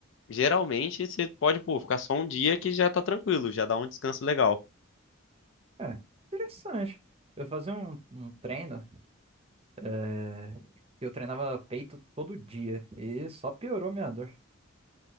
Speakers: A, on the left (about 60°); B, on the right (about 25°).
A: geralmente você pode, pô, ficar só um dia que já tá tranquilo, já dá um descanso legal.
B: É, interessante. Eu fazia um, um treino, é, que eu treinava peito todo dia e só piorou minha dor.